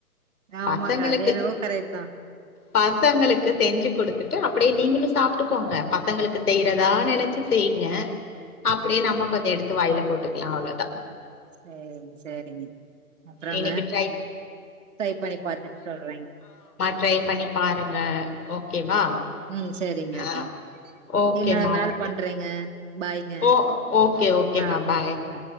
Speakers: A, on the right; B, on the left.
A: ஆமாங்க
B: பசங்களுக்கு
A: அதேனவோ கரட்டூ தா
B: பசங்களுக்கு செஞ்சு கொடுத்துட்டு அப்படியே நீங்களு சாப்பிட்டுக்கோங்க பசங்களுக்கு செய்யறதா நினைச்சு செய்யுங்க அப்படியே நம்ம கொஞ்ச எடுத்து வாயில போட்டுக்கலா அவ்வளோதா
A: சேரிங்க சேரிங்க அப்புறங்க
B: இன்னைக்கு ட்ரை
A: ட்ரை பண்ணி பார்த்துட்டு சொல்றீங்க
B: டரை பண்ணி பாருங்க ஓகேவா
A: ம் சேரிங்க
B: ஆ
A: ஓகேங்க
B: ஓகேமா
A: இனொரு நாள்
B: ஓகே.
A: பண்றேங்க பாய்ங்க
B: ஓ ஓகே ஓகேமா
A: ஆ
B: பாய்
A: ஆ